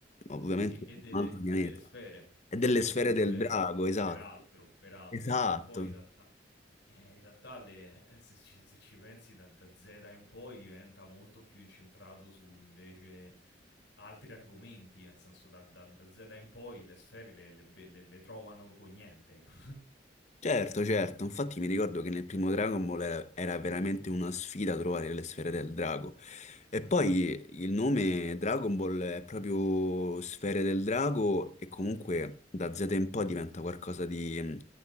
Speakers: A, on the left; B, on the left.
A: ovviamente
B: Sì, e
A: di
B: delle
A: un altro pianeta,
B: e delle sfere,
A: e delle
B: e
A: sfere
B: delle
A: del
B: sfere,
A: drago, esatto.
B: peraltro, peraltro,
A: Esatto,
B: perché poi in realtà eh, in realtà le eh, se ci se ci pensi da da Zeta in poi diventa molto più incentrato su invece altri argomenti, nel senso da da da Zeta in poi le sfere le le be le le trovano con niente. <laughs>
A: Certo, certo, infatti mi ricordo che nel primo Dragon Ball era era veramente una sfida trovare le sfere del drago. E poi il nome Dragon Ball è proprio sfere del drago e comunque da Z in poi diventa qualcosa di... mh,